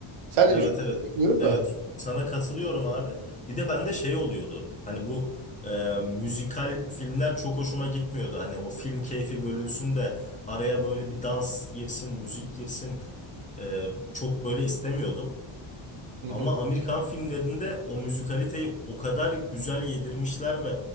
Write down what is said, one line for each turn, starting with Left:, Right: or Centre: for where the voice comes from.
Right: Sen
Left: Evet
Right: ne düşünüyorsun
Left: evet.
Right: bilmiyorum
Left: Evet
Right: da.
Left: sana katılıyorum abi. Bir de bende şey oluyordu. Hani bu e, müzikal filmler çok hoşuma gitmiyordu. Hani o film keyfi bölünsün de araya böyle bir dans girsin, müzik girsin. e, çok böyle istemiyordum.
Right: Hı hı.
Left: Ama Amerikan filmlerinde o müzikaliteyi o kadar güzel yedirmişler ve